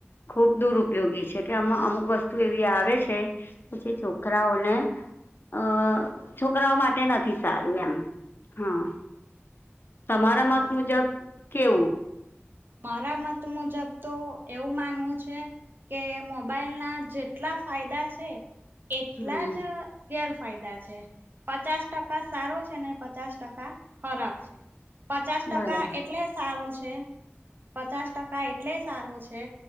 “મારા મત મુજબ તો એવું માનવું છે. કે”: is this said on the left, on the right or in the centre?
Right